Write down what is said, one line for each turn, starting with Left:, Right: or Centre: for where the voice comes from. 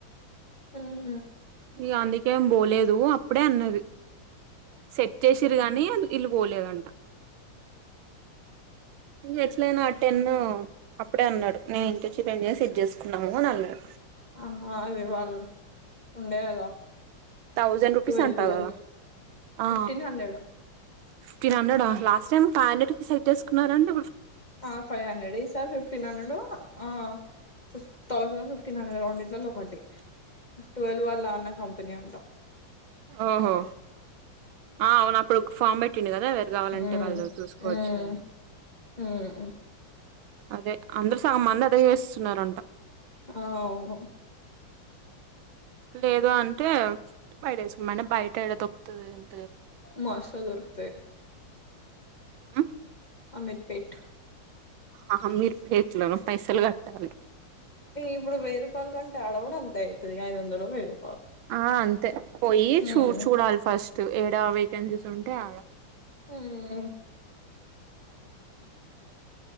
Left: ఉమ్
Right: ఈ అందుకే ఏం పోలేదు అప్పుడే అన్నది సెట్ చేసిరు గానీ అద్ ఈలు పోలేదంట ఎట్లా అయినా టెన్ అప్పుడే అన్నాడు నేను ఇంటర్న్షిప్ అయినా చేసి సెట్ చేసుకుందాము అన్నాడు
Left: ఆ అదే వాళ్ళు ఉండే కదా
Right: థౌజండ్ రూపీస్
Left: ట్వోవల్
Right: అంటా
Left: ట్వోవల్
Right: కదా ఆ
Left: ఫిఫ్టీన్ హండ్రెడ్
Right: ఫిఫ్టీన్ హండ్రెడ్ ఆ లాస్ట్ టైం ఫైవ్ హండ్రెడ్ కి సెక్ట్ చేసుకున్నారంట
Left: ఆ ఫైవ్ హండ్రెడ్ ఏ ఈ సార్ ఫిఫ్టీన్ హండ్రెడు ఆ ఫిఫ్ థౌసండ్ ఫిఫ్టీన్ హండ్రెడ్ రెండిట్లో ఒకటి ట్వెల్వ్ వాల్ల అన్న కంపెనీ అంటా
Right: ఓహో ఆ అవును అప్పుడు ఫామ్ మెట్ కదా వేరు కావాలంటే
Left: ఉమ్
Right: వాళ్ళు చూసుకోవచ్చు
Left: ఉమ్
Right: అని
Left: ఉమ్
Right: అదే అందరు మంద తోసేస్తున్నారు అంట
Left: ఆ అవును
Right: లేదు అంటే బయట వేసుకోమ అంటే బయట ఎడ తొక్కుతదో అని
Left: మస్త్ దొరుకుతాయి
Right: హ్మ్మ్
Left: అమిర్పేట్
Right: ఆ అమీర్ పేట్లో పైసలు కట్టాలి
Left: ఇప్పుడు వయ్యి రూపాయల కంటే అడకుడ అంతే అవుతది ఐదు వందలు వేరు
Right: ఆ అంతే పోయి
Left: ఉమ్
Right: చూ చూడాలి ఫస్ట్ ఏడా వేకెన్సీస్ ఉంటే ఆడ
Left: హ్మ్మ్